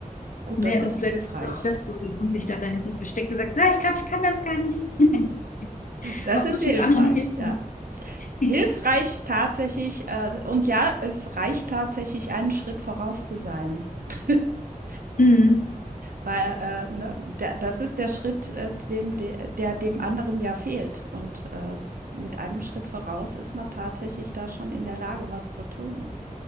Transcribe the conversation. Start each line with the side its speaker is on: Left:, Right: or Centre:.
Right: gut,
Left: Ne?
Right: das ist
Left: Und vielleicht
Right: hilfreich.
Left: ist es auch das so, dass man sich dann dahinter versteckt und sagt, ja, ich kann, ich kann das gar nicht. <laughs>
Right: Das
Left: Was
Right: ist
Left: soll
Right: hilfreich,
Left: ich uns anderen helfen?
Right: ja.
Left: <laughs>
Right: Hilfreich tatsächlich, äh, und ja, es reicht tatsächlich, einen Schritt voraus zu sein. <laughs>
Left: Mm,
Right: Weil, äh, ne, da- das ist der Schritt, äh, dem, de- der dem anderen ja fehlt. Und äh, mit einem Schritt voraus ist man tatsächlich da schon in der Lage, was zu tun.